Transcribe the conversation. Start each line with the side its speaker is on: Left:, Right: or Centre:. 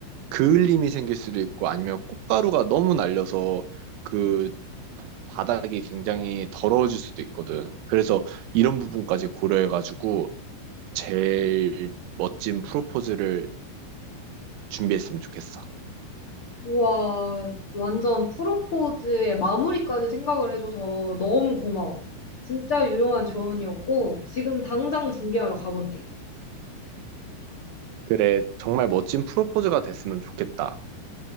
Right: 그을림이 생길 수도 있고 아니면 꽃가루가 너무 날려서 그 바닥이 굉장히 더러워질 수도 있거든. 그래서 이런 부분까지 고려해가지고 제일 멋진 프로포즈를 준비했으면 좋겠어.
Left: 우와, 완전 프로포즈의 마무리까지 생각을 해줘서 너무 고마워. 진짜 유용한 조언이었고 지금 당장 준비하러 가볼게.
Right: 그래, 정말 멋진 프로포즈가 됐으면 좋겠다.